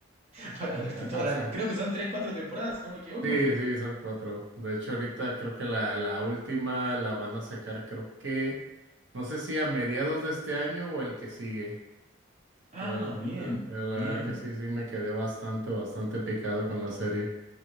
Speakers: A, on the right (about 30°); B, on the right (about 65°).
A: <laughs> Para
B: o
A: verte
B: sea,
A: todas
B: o sea,
A: las. Creo que son tres, cuatro temporadas, si no me equivoco.
B: Sí, sí, son cuatro. De hecho, ahorita creo que la, la última la van a sacar, creo que, no sé si a mediados de este año o el que sigue,
A: Ah,
B: pero,
A: bien,
B: pero la
A: bien.
B: verdad que sí,
A: <laughs>
B: sí me quedé bastante, bastante picado con la serie.